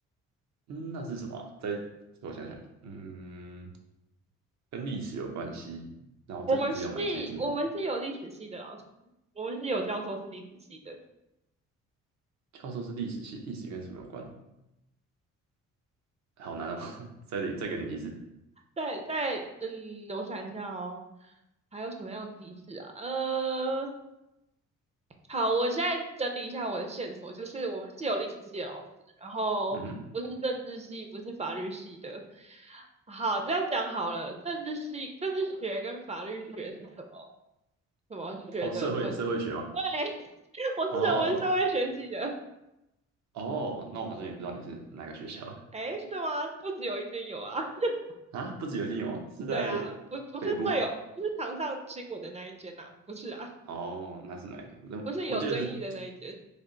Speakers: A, on the right; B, on the right.
A: 嗯，那是什么啊？再我想想，嗯，跟历史有关系，然后政治又蛮接近的。
B: 我们系我们是有历史系的老师，我们是有教授是历史系的，
A: 教授是历史系，历史跟什么有关呢好难哦，<laughs> 再给再给点提示。
B: 在在嗯，我想一下哦，还有什么样的提示啊？呃。好，我现在整理一下我的线索，就是我们是有历史系的老师，然后不是政治系，
A: 嗯，
B: 不是法律系的。好，这样讲好了，政治系、政治学跟法律学是什么什么学的分？
A: 哦，社会社会学吗？
B: 对，<laughs> 我是人文社会学系的。
A: 哦哦，那我好像也知道你是哪个学校了
B: 诶，是吗？不止有一间有啊。<laughs>
A: 啊？不止有金融啊，是在北部吗？
B: 对啊，不不是最有，不是常上新闻的那一间呐、不是啊，
A: 哦，那是哪一个？那我记得是中
B: 不是有争议的那一间，